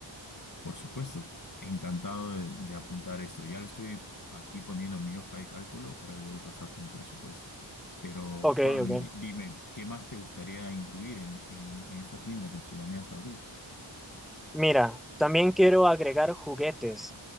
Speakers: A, on the left; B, in the centre.
A: Por supuesto, encantado de, de apuntar esto. Ya lo estoy aquí poniendo en mi hoja de cálculo para luego pasarte un presupuesto. Pero
B: Ok,
A: Juan,
B: ok.
A: di- dime, ¿qué más te gustaría incluir en, en, en esta tienda que planeas abrir?
B: Mira, también quiero agregar juguetes,